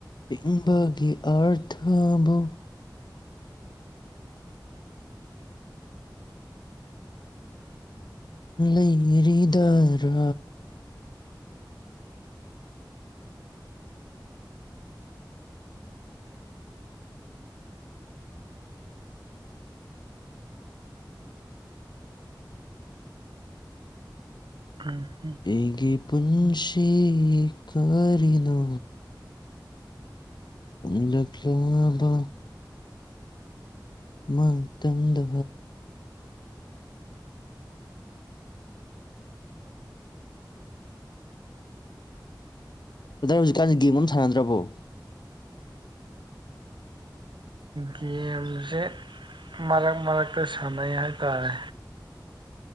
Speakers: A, on the left (about 70°); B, on the right (about 85°).
A: ꯍꯤꯡꯕꯒꯤ ꯑꯥꯔꯊꯕꯨ ꯂꯩꯔꯤꯗꯥꯔꯥ
B: <unintelligible>
A: ꯑꯩꯒꯤ ꯄꯨꯟꯁꯤ ꯀꯔꯤꯅꯣ ꯍꯨꯝꯂꯛꯂꯕ ꯃꯇꯝꯗꯥ ꯕ꯭ꯔꯥꯗꯔ ꯍꯧꯖꯤꯛꯀꯥꯟꯖꯦ ꯒꯦꯝꯒ ꯑꯝ ꯁꯤꯟꯅꯗ꯭ꯔꯕꯣ
B: ꯒꯦꯝꯖꯦ ꯃꯔꯛ ꯃꯔꯛꯇ ꯁꯥꯟꯅꯩ ꯍꯥꯏꯇꯥꯔꯦ